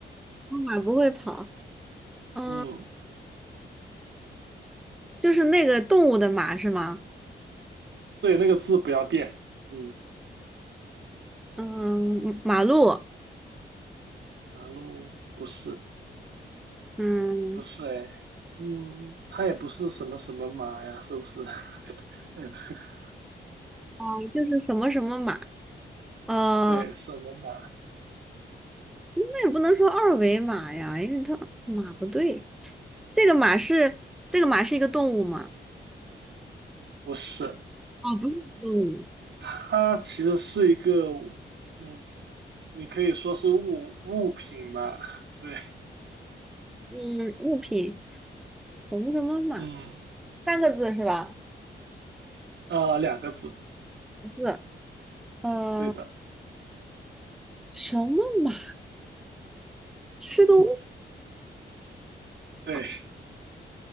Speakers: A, in the centre; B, on the right.
A: 我马不会跑，嗯，
B: 嗯，
A: 就是那个动物的马是吗？
B: <laughs> 对，那个字不要变，嗯，
A: 嗯，马路，
B: 马路不是
A: 嗯，
B: 不是哎，嗯，它也不是什么什么马呀，是不是？<laughs>
A: 哦，就是什么什么马，呃，
B: 对，什么马？
A: 那也不能说二维码呀，因为它马不对，这个马是这个马是一个动物吗？
B: 不是，
A: 哦，不是动物，
B: 它其实是一个，嗯，你可以说是物物品吧，对。
A: 嗯，物品什么什么马，
B: 嗯，
A: 三个字是吧？
B: 啊，两个字，
A: 一个字，呃，
B: 对的，
A: 什么马是个物？
B: <laughs> 对。
A: 哦